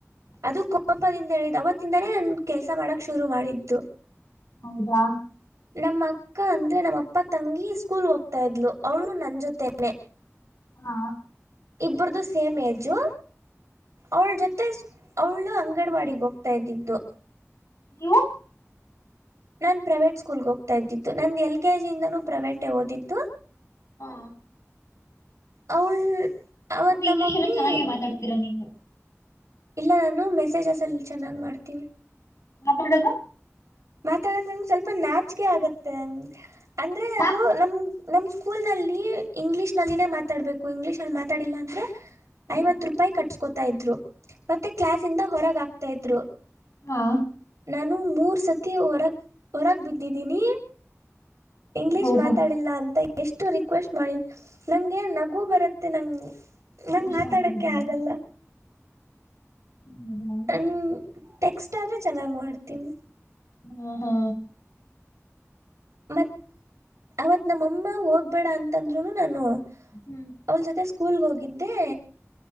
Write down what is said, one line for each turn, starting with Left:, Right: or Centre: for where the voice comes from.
Right: ಅದು ಕೋಪದಿಂದ ಅವತ್ತಿಂದಾನೇ ನನ್ ಕೆಲ್ಸ ಮಾಡಕ್ ಶುರು ಮಾಡಿದ್ದ ಮತ್ತು
Left: ಹೌದಾ
Right: ನಮ್ಮ ಅಕ್ಕ ಅಂದ್ರೆ ನಮ್ಮ ಅಪ್ಪ ತಂಗಿ ಸ್ಕೂಲ್ ಹೋಗ್ತಾ ಇದ್ಲು ಅವಳು ನನ್ನ ಜೊತೆನೆ
Left: ಹಾ
Right: ಇಬ್ಬ್ರದು ಸೇಮ್ ಏಜು ಅವಳು ಜೊತೆ ಅವಳು ಅಂಗನವಾಡಿಗೆ ಹೋಗ್ತಾ ಇದ್ದಿದ್ದು
Left: ನೀವು
Right: ನಾನನ್ ಪ್ರೈವೇಟ್ ಸ್ಕೂಲ್ಗೆ ಹೋಗ್ತಾ ಇದ್ದಿತ್ತು ನಂದು ಎಲ್ ಕೆ ಜಿ ಇಂದಾನೂ ಪ್ರೈವೇಟೇ ಓದಿತ್ತು
Left: ಹಾ
Right: ಅವಳು ಅವತ್ತು
Left: ಇಂಗ್ಲೀಷ್
Right: ನಮ್ಮ ಮಮ್ಮಿ
Left: ಎಲ್ಲ ಚೆನ್ನಾಗಿ ಮಾತಾಡ್ತಿರಾ ನೀವು
Right: ಇಲ್ಲ ನಾನು ಮೆಸೇಜ್ಸಲ್ಲಿ ಚೆನ್ನಾಗಿ ಮಾಡ್ತೀನಿ
Left: ಮಾತಡದು
Right: ಮಾತಾಡಕ್ ನಂಗಗೆ ಸ್ವಲ್ಪ ನಾಚಿಕೆ ಆಗತ್ತೆ ಅಂದ್ರೆ ನಾನು
Left: ಹಾ
Right: ನಮ ನಮ್ಮ ಸ್ಕೂಲ್ನಲ್ಲಿ ಇಂಗ್ಲೀಷ್ನಲ್ಲಿನೇ ಮಾತಾಡಬೇಕು ಇಂಗ್ಲೀಷ್ಲ್ಲಿ ಮಾತಾಡಿಲ್ಲ ಅಂದರೆ
Left: ಹ್ಮ್.
Right: ಐವತ್ತು ರೂಪಾಯಿ ಕಟ್ ಕೋತಾ ಇದ್ರು ಮತ್ತೆ ಕ್ಲಾಸ್ ಇಂದ ಹೊರಗ ಹಾ ಕೆತಿದ್ದರು
Left: ಹಾ
Right: ನಾನು ಮೂರು ಸತಿ ಹೊರಗೆ ಹೊರಗೆ ಬಿದ್ದಿದ್ದೀನಿ ಇಂಗ್ಲಿೀಷ್
Left: ಹೌದಾ
Right: ಮಾತಾಡಿಲ್ಲ ಅಂತ ಎಷ್ಟು ರಿಕ್ವೆಸ್ಟ್ ಮಾಡಿ ನಂಗೆ ನಗು ಬರುತ್ತೆ ನಂ ನನ್
Left: ಇಂಗ್ಲಿಷ್
Right: ಮಾತಾಡಕ್ಕೆ
Left: ಮಾತಾಡಿದ್ರೇನಾ
Right: ಆಗಲ್ಲ
Left: ಹೌದಾ
Right: ಹ ಟೆಕ್ಸ್ಟ್ ಆದ ಚೆನ್ನಾಗಿ ಮಾಡ್ತೀನಿ
Left: ಹ್ಮ ಹಾ
Right: ಮತ್ ಅವತ್ ನಮ್ಮಮ್ಮ ಹೋಗ್ಬೇಡ ಅಂತಂದ್ರುನು ನಾನು
Left: ಹ್ಮ್
Right: ಅವಳ ಜೊತೆ ಸ್ಕೂಲ್ಗೆ ಹೋಗಿದ್ದೆ